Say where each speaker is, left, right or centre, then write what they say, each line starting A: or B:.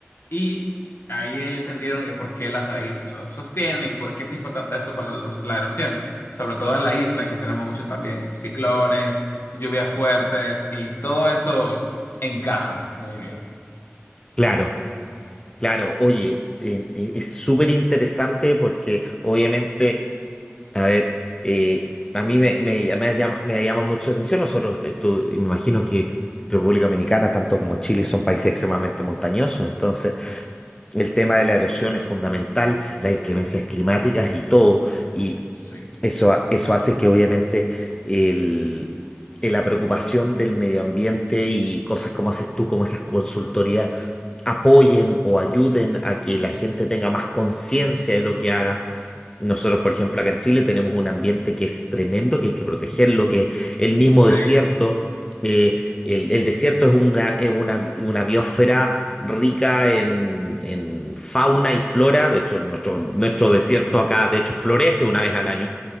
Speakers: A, on the left; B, on the left.
A: y ahí ellos entendieron que por qué la raíz lo sostiene y por qué es importante esto para la, ero- la erosión. Sobre todo en la isla, aquí tenemos muchos también ciclones, lluvias fuertes y todo eso encaja muy bien.
B: Claro, claro. Oye, eh, eh, es súper interesante porque obviamente... A ver, eh, a mí me, me, llama, me llama me llama mucho la atención. Nosotros, eh, tú- me imagino que República Dominicana, tanto como Chile, son países extremadamente montañosos. Entonces, el tema de la erosión es fundamental, las inclemencias climáticas y todo. Y
A: Sí,
B: eso, ha- eso hace que obviamente el, eh, la preocupación del medio ambiente y cosas como haces tú, como esas consultorías, apoyen o ayuden a que la gente tenga más conciencia de lo que haga nosotros, por ejemplo, acá en Chile tenemos un ambiente que es tremendo, que hay que protegerlo, que el mismo
A: sí,
B: desierto, eh, el, el desierto es una, es una, una biosfera rica en, en fauna y flora, de hecho nuestro, nuestro desierto acá, de hecho, florece una vez al año,